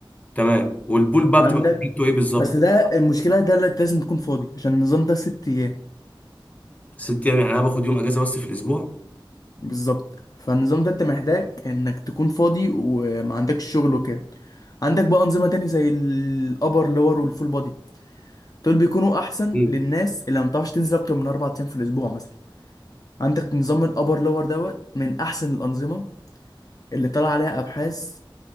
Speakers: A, on the left; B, on the left.
A: تمام والبول بقى
B: عندك
A: بتبقى تمرينته ايه بالظبط
B: بس ده المشكله ده اللي لازم تكون فاضي عشان النظام ده ست ايام
A: ست ايام يعني انا باخد يوم اجازه بس في الاسبوع
B: بالظبط فالنظام ده انت محتاج انك تكون فاضي وما عندكش شغل وكده عندك بقى انظمه تاني زي الابر لور والفول بودي دول بيكونوا احسن
A: مم.
B: للناس اللي ما بتعرفش تنزل اكتر من اربع ايام في الاسبوع مثلا عندك نظام الابر لور دوت من احسن الانظمه اللي طلع عليها ابحاث